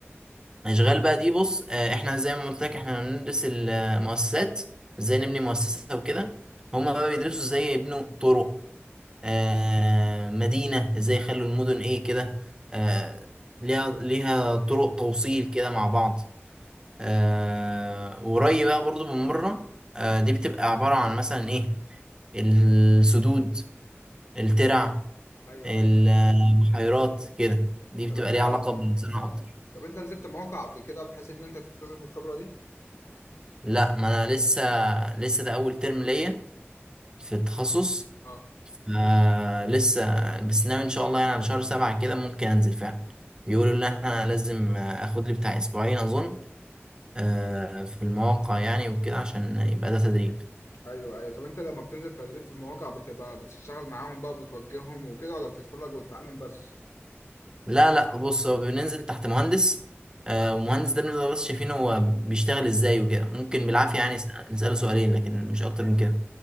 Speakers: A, on the right (about 20°); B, on the left (about 80°).
A: أشغال بقى دي بص آه، إحنا زي ما قلت لك إحنا بندرس المؤسسات إزاي نبني مؤسسة وكده هما بقى بيدرسوا إزاي يبنوا طرق آه، مدينة إزاي يخلوا المدن إيه كده آه، ليها ليها طرق توصيل كده مع بعض آه، وري بقى برضو من بره آه، دي بتبقى عبارة عن مثلا إيه السدود الترع
B: ايوه
A: البحيرات
B: ايوه
A: كده دي
B: طب
A: بتبقى
B: انت
A: ليها
B: اه
A: علاقة بالزراعة أكتر
B: طب انت نزلت مواقع قبل كده بحيث ان انت تكتسب الخبره دي
A: لا ما انا لسه لسه ده اول ترم ليا في التخصص
B: اه
A: آه لسه بس ناوي ان شاء الله يعني على شهر سبعة كده ممكن انزل فعلا بيقولوا ان انا لازم آه، اخد لي بتاع اسبوعين اظن آه في المواقع يعني وكده عشان يبقى ده تدريب
B: ايوه ايوه طب انت لما بتنزل تدريب في المواقع بتبقى بتشتغل معاهم بقى وبتوجههم وكده ولا بتتفرج وتتعلم بس
A: لا لا بص هو بننزل تحت مهندس آه ومهندس ده بنبقى بس شايفين هو بيشتغل ازاي وكده ممكن
B: مم.
A: بالعافية يعني نسأله سؤالين لكن مش اكتر من كده